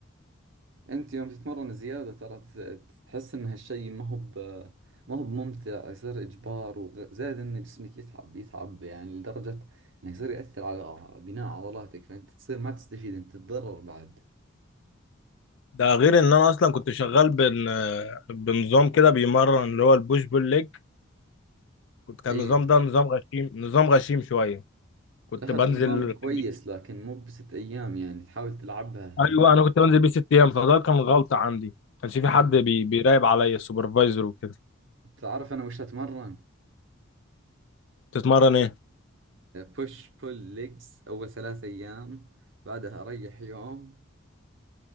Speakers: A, on the right; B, on the left.
A: انت يوم تتمرن زيادة ترى ت- تحس ان هالشيء ما هو ب ما هو بممتع يصير اجبار وزائد ان جسمك يتعب يتعب يعني لدرجة انه يصير يأثر على بناء عضلاتك فانت تصير ما تستفيد انت تتضرر بعد
B: ده غير ان انا اصلا كنت شغال بن... بنظام كده بيمرن اللي هو البوش بول ليج كنت كان
A: ايه
B: النظام ده نظام غشيم نظام غشيم شويه كنت
A: لا
B: بنزل
A: هذا النظام كويس
B: <laughs>
A: لكن مو بست ايام يعني تحاول تلعبها
B: ايوه انا كنت بنزل بيه ست ايام فده كان غلطه عندي كانش في
A: اي
B: حد بي... بيراقب عليا السوبرفايزر وكده
A: تعرف انا وش اتمرن
B: تتمرن ايه
A: بوش بول ليجز اول ثلاث ايام بعدها اريح يوم